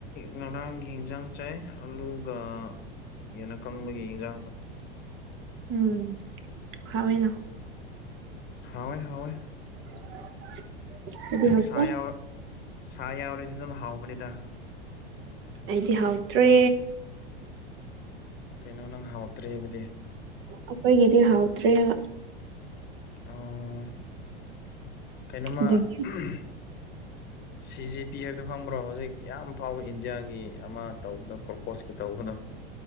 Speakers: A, on the left; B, on the right.
A: ꯉꯔꯥꯡꯒꯤ ꯌꯦꯟꯖꯥꯡ ꯆꯥꯏ ꯑꯂꯨꯒ ꯌꯦꯟꯅꯞ ꯀꯪꯕꯒꯤ ꯏꯟꯖꯥꯡꯗꯣ
B: ꯎꯝ ꯍꯧꯋꯦꯅ
A: ꯍꯥꯎꯋꯦ ꯍꯥꯎꯋꯦ
B: <unintelligible> ꯑꯩꯗꯤ ꯍꯥꯎꯇꯦ
A: ꯁꯥ ꯌꯥꯎ ꯁꯥ ꯌꯥꯎꯔꯤꯗꯤ ꯑꯗꯨꯝ ꯍꯥꯎꯕꯅꯤꯗ
B: ꯑꯩꯗꯤ ꯍꯥꯎꯇ꯭ꯔꯦ
A: ꯀꯩꯅꯣ ꯅꯪ ꯍꯥꯎꯇ꯭ꯔꯦ ꯍꯥꯏꯕꯗꯤ
B: ꯑꯩꯈꯣꯏꯒꯤꯗꯤ ꯍꯥꯎꯇ꯭ꯔꯦꯕ
A: ꯑꯣ ꯀꯩꯅꯣꯝꯃ
B: ꯑꯗꯨꯒꯤ
A: ꯎꯝ ꯁꯤꯖꯤ ꯄꯤ ꯍꯥꯏꯕꯗꯣ ꯈꯪꯕ꯭ꯔꯣ ꯍꯧꯖꯤꯛ ꯌꯥꯝ ꯐꯥꯎꯕ ꯏꯟꯗꯤꯌꯥꯒꯤ ꯑꯃ ꯇꯧꯕꯗꯣ ꯀꯣꯔꯀꯣꯁꯀꯤ ꯇꯧꯕꯗꯣ